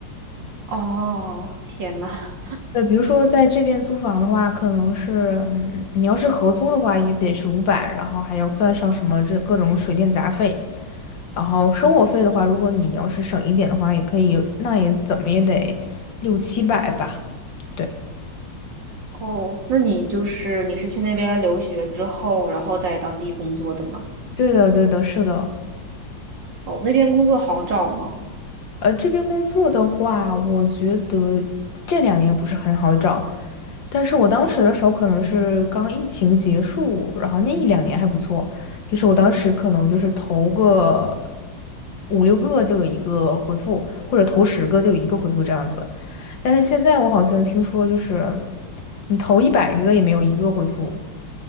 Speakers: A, on the right (about 65°); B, on the left (about 65°).
A: 哦，天呐，
B: 呃，比如说在这边租房的话，可能是，嗯你要是合租的话，也得是五百，然后还要算上什么这各种水电杂费。然后生活费的话，如果你要是省一点的话，也可以有，那也怎么也得六七百吧。对，
A: 哦，那你就是你是去那边留学之后，然后在当地工作的吗？
B: 对的，对的，是的。
A: 哦，那边工作好找吗？
B: 呃，这边工作的话，我觉得这两年不是很好找，但是我当时的时候可能是刚疫情结束，然后那一两年还不错，就是我当时可能就是投个五六个就有一个回复，或者投十个就有一个回复这样子。但是现在我好像听说就是你投一百个也没有一个回复，